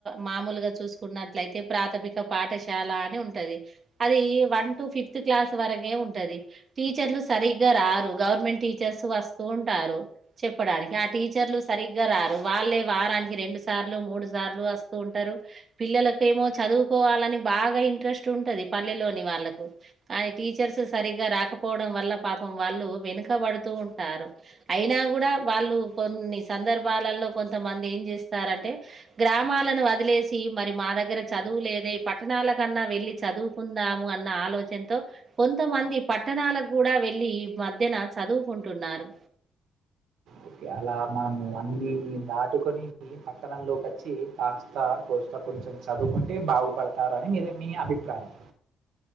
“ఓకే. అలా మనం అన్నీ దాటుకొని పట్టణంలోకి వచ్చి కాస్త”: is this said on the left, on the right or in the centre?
Right